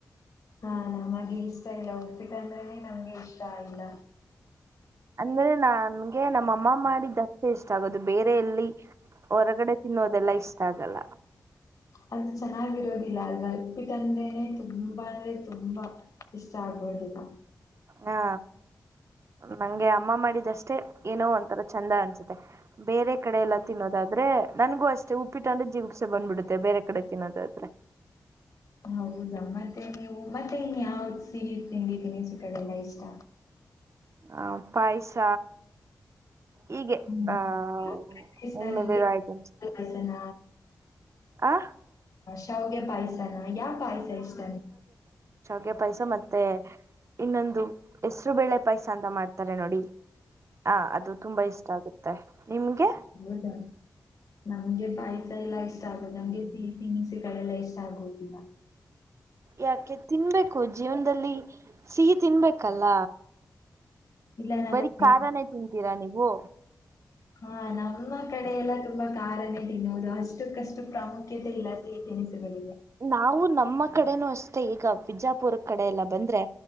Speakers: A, on the left; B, on the right.
A: ಹಾ, ನಮಗೆ ಇಷ್ಟ ಇಲ್ಲ. ಉಪ್ಪಿಟ್ಟು ಅಂದ್ರನೆ ನಮ್ಗೆ ಇಷ್ಟ ಆಗಲ್ಲ
B: ಅಂದ್ರೆ ನನ ಗೆ ನಮ್ಮಮ್ಮ ಮಾಡಿದ್ದ ಇಷ್ಟ ಆಗೋದು, ಬೇರೆ ಎಲ್ಲಿ ಹೊರಗಡೆ ತಿನ್ನೋದೆಲ್ಲಾ ಇಷ್ಟ ಆಗಲ್ಲ.
A: ಅದು ಚೆನ್ನಾಗಿರೋದಿಲ್ಲ. ಅಲ್ ಉಪ್ಪಿಟ್ಟು ಅಂದ್ರೇನೆ ತುಂಬಾ ಅಂದ್ರೆ ತುಂಬಾ ಇಷ್ಟ ಆಗೋದಿಲ್ಲ.
B: ಹಾ ನಂಗೆ ಅಮ್ಮ ಮಾಡಿದಷ್ಟೇ ಏನೋ ಒಂಥರ ಚಂದ ಅನ್ಸುತ್ತೆ. ಬೇರೆ ಕಡೆ ಎಲ್ಲ ತಿನ್ನೋದಾದ್ರೆ ನನ್ಗೂ ಅಷ್ಟೇ ಉಪ್ಪಿಟ್ಟು ಅಂದ್ರೆ ಜಿಗುಪ್ಸೆ ಬಂದ್ಬಿಡುತ್ತೆ ಬೇರೆ ಕಡೆ ತಿನ್ನೋದಾದ್ರೆ
A: ಹೌದಾ ಮತ್ತೆ ನೀವು ಮತ್ತೆ ಇನ್ ಯಾವ್ದ್ ಸಿಹಿ ತಿಂಡಿ ತಿನಿಸುಗಳು ಇಷ್ಟ
B: ಹ ಪಾಯಸ ಹಗೆ
A: ಹ್ಮ್
B: ಆಹ
A: ಪಾಯಸನಿಗೆ
B: ನಿಮ್ಮೆದರ ಐಟಮ್ಸ್
A: ಪಾಯಸನ
B: ಆ
A: ಶಾವಿಗೆ ಪಾಯಸನ ಯಾ ಪಾಯಸ ಇಷ್ಟಾರೆ <unintelligible>
B: ಗೆ ಪಾಯಸ ಮತ್ತೆ ಇನ್ನೊಂದು ಹೆಸರು ಬೇಳೆ ಪಾಯಸ ಅಂತ ಮಾಡ್ತಾರೆ ನೋಡಿ ಹ ಅದು ತುಂಬಾ ಇಷ್ಟ ಆಗುತ್ತೆ ಮತ್ತೆ ನಿಮ್ಗೆ
A: ಹೌದಾ ನಮ್ಗೆ ಪಾಯಸ ಎಲ್ಲಾ ಇಷ್ಟ ಆಗುದು ನಂಗೆ ಸಿಹಿ ತಿನಿಸಿ ಕಗಳೆಲ್ಲ ಇಷ್ಟ ಆಗುದಿಲ್ಲ
B: ಯಾಕೆ ತಿನ್ಬೇಕು ಜೀವನದಲ್ಲಿ ಸಿಹಿ ತಿನ್ಬೇಕಲ್ಲ
A: ಇಲ್ಲ ನಮ್ಮ
B: ಬರೀ
A: ಮನೆ-
B: ಕಾರಖನೇ ತಿಂತೀರಾ ನೀವು
A: ಹಾ ನಮ್ಮ ಕಡೆ ಎಲ್ಲ ತುಂಬಾ ಕಾರನೇ ತಿನ್ನೋರು ಅಷ್ಟಕ್ಕಷ್ಟು ಪ್ರಾಮುಖ್ಯ <unintelligible> ಇಲ್ಲಾ ಸಿಹಿ ತಿನಿಸು ಸಿಗಲಿಲ್ಲ <unintelligible> <inaudible>
B: ನಾವು ನಮ್ಮ ಕಡೆನೂ ಅಷ್ಟೇ ಈಗ ಬಿಜಾಪುರ ಕಡೆ ಎಲ್ಲ ಬಂದ್ರೆ